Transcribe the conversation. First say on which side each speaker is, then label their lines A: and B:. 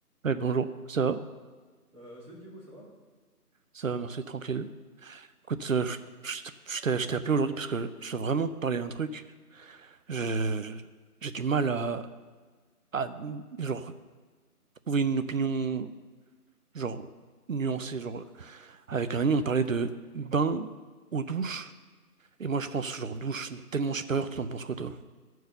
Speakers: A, on the right; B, on the right.
A: Ouais, bonjour, ça va?
B: Euh, salut Diego, ça va?
A: Ça va, merci, tranquille. Écoute, euh, je, je t'ai je t'ai- je t'ai appelé aujourd'hui parce que je veux vraiment te parler d'un truc. Je- J'ai du mal à, à, genre, trouver une opinion, genre, nuancée. Genre, avec un ami, on parlait de bain ou douche. Et moi, je pense, genre, douche tellement supérieure, tu en penses quoi, toi?